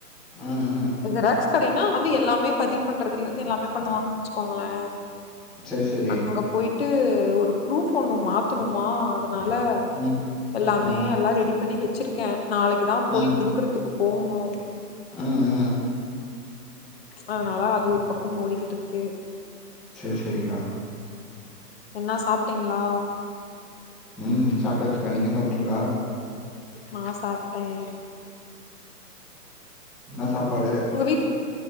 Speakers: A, in the centre; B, on the left.
A: ம் ம்
B: ஜெராக்ஸ் கடைனா வந்து எல்லாமே பதிவு பண்றதலந்து எல்லாமே பண்ணுவாங்கன்னு வெச்சுக்கோங்ளே
A: சேரி சேரி
B: அங்க போய்ட்டு ஒரு ப்ரூஃப் ஒண்ணு மாத்துணுமா அதனால
A: ம்
B: எல்லாமே
A: ம்
B: எல்லா ரெடி பண்ணி வெச்சிருக்க நாளைக்குதா போய்
A: ம்
B: குடுக்கறதுக்கு போணு
A: ம் ம்
B: அதனால அது ஒரு பக்கம் ஓடிக்கிட்ருக்கு
A: சேர் சேரிக்கா
B: என்னா சாப்ட்டீங்ளா
A: ம் சாப்ட்டாச்சுக்கா நீங்க சாப்ட்டீங்ளா
B: நா சாப்ட்டேன்
A: என்ன சாப்பாடு
B: உங்க வீட்